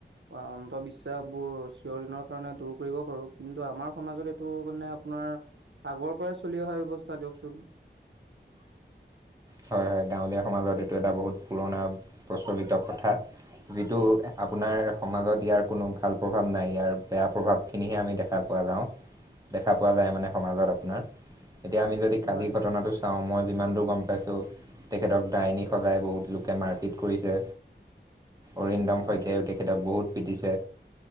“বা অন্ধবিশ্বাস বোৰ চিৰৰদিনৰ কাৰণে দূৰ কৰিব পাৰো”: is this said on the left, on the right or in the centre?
Right